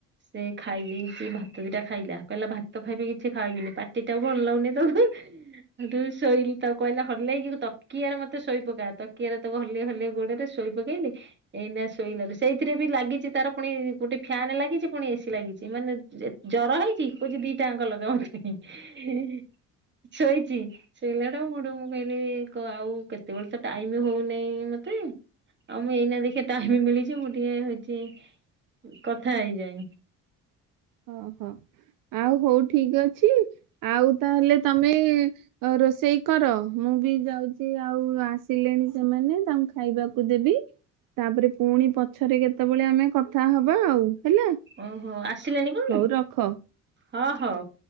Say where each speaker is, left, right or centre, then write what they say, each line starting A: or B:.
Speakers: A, on the right (about 35°); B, on the right (about 75°).
A: ସେ ଖାଇ ଦେଇଚି ଭାତ ଦିଟା ଖାଇଲା କହିଲା ଭାତ ଖାଇବି କିଛି ଖାଇବିନି ପାଟିଟା ଭଲ ଲାଗୁନି ତ। ସେଇଟୁ ଶୋଇଲି ତା କହିଲା ହଲେଇକି ତକିଆରେ ମତେ ଶୋଇପକା ତକିଆରେ ତାକୁ ହଲେଇ ହଲେଇ ଗୋଡରେ- ଶୋଇ ପକେଇଲି ଏଇନା ଶୋଇଲା ସେଇଥିରେ ବି ଲାଗିଚି ତାର ପୁଣି ଗୋଟେ ଫ୍ୟାନ୍ ଲାଗିଚି ପୁଣି ଏସି ଲାଗିଛି ମାନେ ଜ୍ ଜର ହେଇଛି, କହୁଛି ଦିଟା ଆଙ୍କ ଲଗାଅ ମତେ ହିଁ ହିଁ। ଶୋଇଛି। ଶୋଇଲାଟା ମୁଠୁଁ ମୁଁ କହିଲି କ ଆଉ କେତେବେଳେ ତ ଟାଇମ ହଉ ନାହିଁ ମତେ। ଆଉ ମୁଁ ଏଇନା ଦେଖି ଟାଇମ ମିଳିଛି ମୁଁ ଟିକେ ହେଇଛି କଥା ହେଇଯାଏ।
B: ଓହୋ ଆଉ ହଉ ଠିକ ଅଛି ଆଉ ତାହେଲେ ତମେ ଆ ରୋଷେଇ କର ମୁଁ ବି ଯାଉଛି ଆଉ ଆସିଲେଣି ସେମାନେ ତାଙ୍କୁ ଖାଇବାକୁ ଦେବି। ତାପରେ ପୁଣି ପଛରେ କେତେବେଳେ ଆମେ କଥା ହବା ଆଉ, ହେଲା।
A: ଓହୋ ଆସିଲେଣି କଣ?
B: ହଉ ରଖ।
A: ହଁ ହଉ।